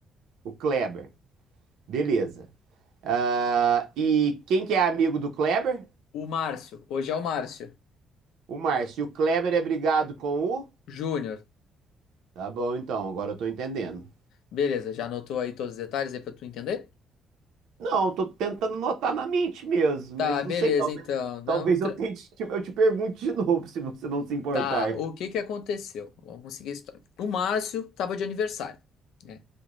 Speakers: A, on the right; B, on the left.
A: O Kleber. Beleza. Ah, e quem que é amigo do Kleber?
B: o Márcio, hoje é o Márcio.
A: O Márcio. E o Kleber é brigado com o?
B: Júnior,
A: Tá bom, então, agora eu tô entendendo.
B: beleza, já anotou aí todos os detalhes aí pra tu entender?
A: Não, tô tentando anotar na mente mesmo,
B: Tá,
A: mas
B: beleza,
A: não sei, talvez,
B: então. Não,
A: talvez
B: tra-
A: eu tente, eu te pergunte de novo, se você não se importar.
B: Tá, o que que aconteceu? Vamos conseguir a história. O Márcio tava de aniversário, né?